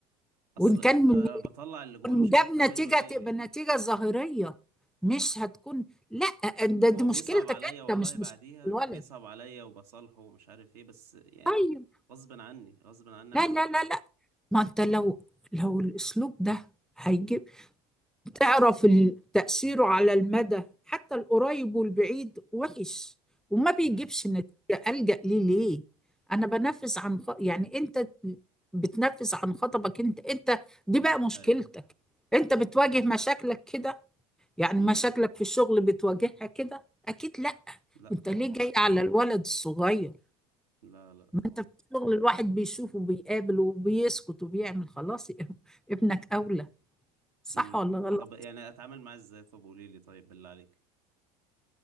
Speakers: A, on the right (about 85°); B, in the centre.
A: اصل
B: وان كان
A: أنا بطلع اللي جواه
B: ده
A: مش عارف
B: بنتيجة
A: اعمل له ايه
B: بنتيجة ظاهرية مش هتكون لا ده دي
A: هو
B: مشكلتك
A: بيصعب عليا
B: انت
A: والله
B: مش
A: بعديها
B: مشكلة الولد
A: بيصعب عليا وبصالحه ومش عارف ايه بس يعني
B: طيب
A: غصب عني غصب عني اعمل
B: لا لا
A: ايه طيب
B: لا لا ما انت لو لو الاسلوب ده هيجيب تعرف ال- تأثيره على المدى حتى القريب والبعيد وحش وما بيجيبش
A: امم
B: نتيجة ألجأ ليه ليه انا بنفذ عن خ... يعني انت بتنفذ عن خطبك انت انت دي بقى مشكلتك
A: ايوه
B: انت بتواجه مشاكلك كده يعني
A: امم
B: مشاكلك في الشغل بتواجهها كده اكيد لا
A: لا
B: انت ليه
A: طبعا
B: جاي على الولد الصغير
A: لا لا
B: ما
A: طبعا
B: انت في الشغل الواحد بيشوف وبيقابل وبيسكت وبيعمل خلاص <laughs> ابنك اولى صح
A: امم
B: ولا غلط
A: طب يعني اتعامل معاه ازاي طب قولي لي طيب بالله عليك